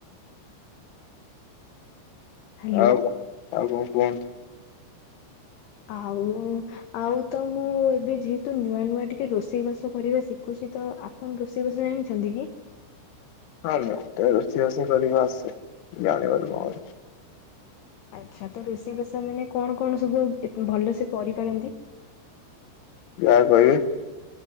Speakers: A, on the left; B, on the left.
A: ହ୍ୟାଲୋ।
B: ଆଉ କ ଆଉ କଣ କୁହନ୍ତୁ?
A: ଆଉ ଆଉ ତ ମୁଁ ଏବେ ଯେହେତୁ ନୂଆ ନୂଆ ଟିକେ ରୋଷେଇ ବାସ କରିବା ଶିଖୁଛି ତ ଆ କଣ ରୋଷେଇ ବାଷ ଜାଣିଛନ୍ତି କି?
B: ହଁ ତାର ରୋଷେଇ ବାସ କରିବା ଆସେ ଜାଣିବାର କଣ ଅଛି।
A: ଆଚ୍ଛା ତ ରୋଷେଇ ବାସ ଆମାନେ କଣ କଣ ସବୁ ଭଲ ସେ କରିପାରନ୍ତି?
B: ଯାହା କହିବେ?